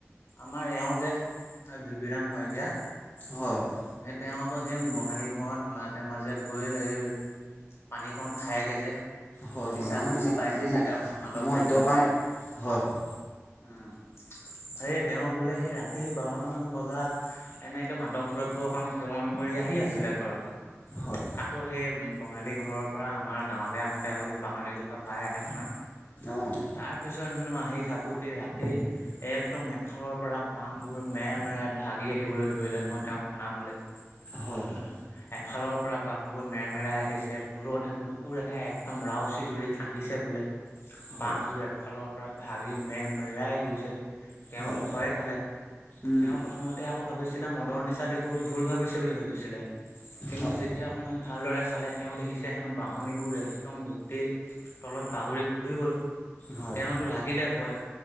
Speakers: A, on the left; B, on the left.
A: আমাৰ এওঁ যে ভিভিৰাম শইকীয়া
B: হয়, হয়।
A: সেই তেওঁ আকৌ সেই বঙালী ঘৰত মাজে মাজে গৈ সেই পানী কণ খায়গে যে
B: হয়
A: বুজিছা
B: হয় মানে
A: বুজি
B: ম
A: পাইছেই চাগে।
B: ম
A: অকমান মাদক
B: মদ্যপান
A: দ্ৰব্য খাই
B: হয়, হয়।
A: উম এই তেওঁ বোলে সেই ৰাতি বাৰটামান বজাত এনেকে মাদক দ্ৰব্য অকণ সেৱন কৰি আহি আছিলে ঘৰলৈ
B: হয়
A: আকৌ সেই বঙালী ঘৰৰ পৰা আমাৰ গাঁৱলৈ আহোতে আকৌ সেই বাঁহনি জোপা পাই আহে নহয়।
B: অঁ
A: তাই পিছন হেনো আহি থাকোতে ৰাতি একদম এফালৰ পৰা বহবোৰ মেৰে মেৰা ভাগি আহিবলৈ ধৰিলে নহয় তেওঁ শুনা পালে।
B: হয়
A: হ
B: হয়
A: এফালৰ পৰা বাহবোৰ মেৰামেৰা আহিছে তুৰৰত হেনো কুকুৰ এটটা একদম ৰাওজ কুচি জুৰিত কান্দিছে বোলে।
B: হয়
A: বাঁহবোৰ এফালৰ পৰা ভাগি মেৰ মেৰাই গৈছে। তেওঁতো
B: হয়
A: ভয় খালে।
B: উম
A: তেওঁ প্ৰথমতে আকৌ ভাবিছিলে মদৰ নিচাত এইবোৰ ভুল ভাবিছে বুলি ভাবিছিলে। কিন্তু
B: হয়
A: যেতিয়া অকমান ভালদৰে চালে তেওঁ দেখিছে হেনো বাঁহনিবোৰ একদম গোটেই তলত বাগৰি ফুৰি গ'ল
B: হয়
A: তেওঁতো লাগিলে ভয়।